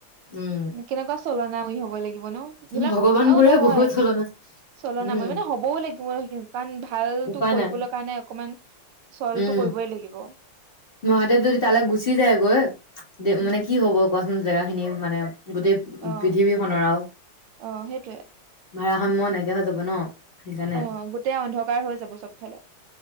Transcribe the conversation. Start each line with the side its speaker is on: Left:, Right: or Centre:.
Left: উম
Right: কেনেকুৱা চলনাময়ী হব লাগিব ন', এইবিলাক
Left: ভগৱান
Right: আৰু
Left: বোৰে
Right: নহয়
Left: বহুত চলনা
Right: চলনাময়
Left: উম
Right: মানে হবও লাগিব ন', সেইখিন কাৰণ ভালটো
Left: উপায়
Right: কৰিবলৈ
Left: নাই
Right: কাৰণে অকমান চলটো
Left: উম',
Right: কৰিবই লাগিব
Left: মহাদেৱ যদি তালৈ গুচি যায়গৈ। দে
Right: উম
Left: মানে কি হব কোৱা? উম', জেগাখিনি মানে গোটেই
Right: অ
Left: পৃথিৱীখনৰ আৰু,
Right: অ সেইটোৱে
Left: ভাৰসাম্য নাইকিয়া হৈ যাব ন',। সেইকাৰণে
Right: অ', গোটেই অন্ধকাৰ হৈ যাব চবফালে।